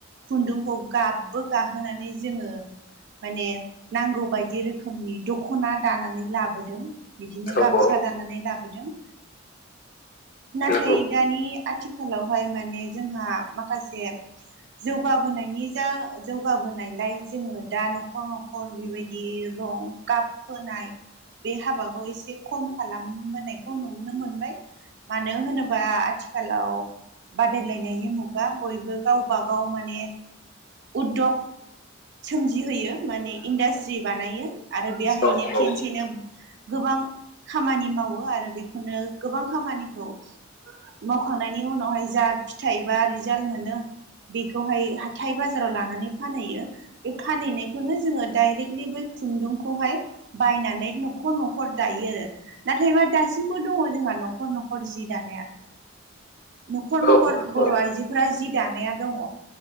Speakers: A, on the right; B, on the left.
A: खुन्दुंखौ गाबबो गाहोनानै जोङो माने नांगौ बायदि रोखोमनि दख'ना दानानै लाबोदों। बिदिनो
B: औ
A: गामसा
B: औ
A: दानानै लाबोदों। नाथाय
B: नंगौ
A: दानि आथिखालावहाय माने जोंहा माखासे जौगाबोनायनि जा जौगाबोनायलाय जोङो दा न' न'खर न'खर बेबायदि रं गाब फोन्नाय बे हाबाखौ एसे खम खालामबोनायखौ नुनो मोनबाय। मानो होनोबा आथिखालाव बादायलायनायनि मुगा बयबो गाव बागाव माने उदधग सोमजिहोयो। माने इन्डास्ट्रि बानायो आरो बेहायनो
B: औ औ
A: खेनसेनो गोबां खामानि मावो आरो बेखौनो गोबां खामानिखौ मावखांनायनि उनावहाय जा फिथाइ बा रिजाल्ट मोनो। बेखौहाय हाथाय बाजाराव लानानै फानहैयो बे फानहैनाय बेखौनो जोङो डाइरेक्टलि बै खुन्दुंखौहाय बायनानै न'खर न'खर दायो आरो। नाथायबा दासिमबो दङ जोंहा न'खर न'खर जि दानाया।
B: <inaudible>
A: न'खर न'खर
B: औ
A: बर'
B: औ
A: आइजो फ्रा जि दानाया दङ